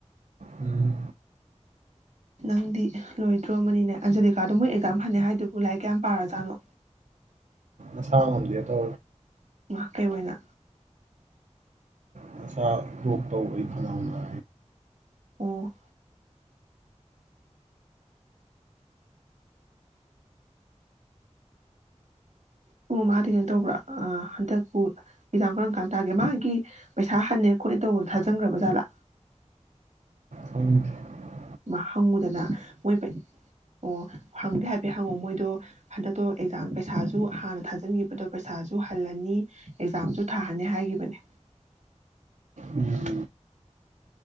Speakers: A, on the right (about 80°); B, on the right (about 70°).
A: ꯎꯝ
B: ꯅꯪꯗꯤ ꯂꯣꯏꯗ꯭ꯔꯣ ꯑꯃꯅꯤꯅꯦ ꯑꯟꯖꯂꯤꯀꯥꯗꯣ ꯃꯣꯏ ꯑꯦꯛꯖꯥꯝ ꯐꯅ ꯍꯥꯏꯗꯨꯕꯨ ꯂꯥꯏꯔꯤꯛ ꯀꯌꯥꯝ ꯄꯥꯔꯖꯥꯠꯅꯣ
A: ꯑꯁꯂꯥꯗꯤ ꯇ
B: ꯉꯩ ꯑꯣꯏꯅ
A: ꯃꯁꯥ ꯭ꯔꯣꯛ ꯇꯧꯕꯩ ꯈꯅꯥꯍꯧꯅ
B: ꯑꯣ ꯄꯨꯡ ꯃꯥꯗꯤ ꯀꯩꯅꯣ ꯇꯧꯕ꯭ꯔꯥ ꯍꯟꯗꯛꯄꯨ ꯑꯦꯛꯖꯥꯝ ꯀꯔꯝ ꯀꯥꯟ ꯇꯥꯒꯦ ꯃꯥꯒꯤ ꯄꯩꯁꯥ ꯍꯟꯅꯦ ꯈꯣꯠꯅꯦ ꯇꯧꯕꯗꯣ ꯊꯥꯖꯤꯟꯈ꯭ꯔꯕ ꯖꯥꯠꯂꯥ
A: ꯍ <inaudible>
B: ꯃꯥ ꯐꯪꯉꯨꯗꯅ ꯃꯣꯏ ꯑꯣ ꯍꯪꯗꯦ ꯍꯥꯏꯐꯦꯠ ꯍꯪꯉꯣ ꯃꯣꯏꯗꯣ ꯍꯟꯗꯛꯇꯣ ꯑꯦꯛꯖꯥꯝ ꯄꯩꯁꯥꯁꯨ ꯍꯥꯟꯅ ꯊꯥꯖꯤꯟꯈꯤꯕꯗꯣ ꯄꯩꯁꯥꯁꯨ ꯍꯜꯂꯅꯤ ꯑꯦꯛꯖꯥꯝꯁꯨ ꯊꯥꯍꯅꯤ ꯍꯥꯏꯈꯤꯕꯅꯦ
A: ꯎꯝ